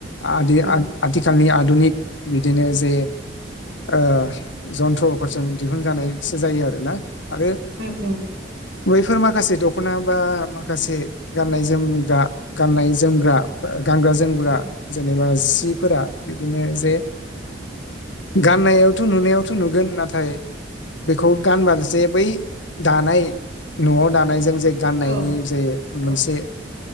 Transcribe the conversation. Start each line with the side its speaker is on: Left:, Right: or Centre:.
Left: आदि
Right: उम
Left: आथ-आथिखालनि आधुनिक बिदिनो जे आ जन्थ्रफोरजों दिहुनजानायसो जायो आरो ना आरो
Right: उम ओम।
Left: बैफोर माखासे दख'ना बा माखासे गाननाय जोमग्रा गाननाय जोमग्रा गानग्रा जोमग्रा
Right: औ
Left: जेनेबा जि जिफोरा बिदिनो जे गाननायावथ' नुनायावथ' नुगोन नाथाय बेखौ गानबा जे बै दानाय न'आव दानायजों जे गाननायनि
Right: औ
Left: जे
Right: औ
Left: मोनसे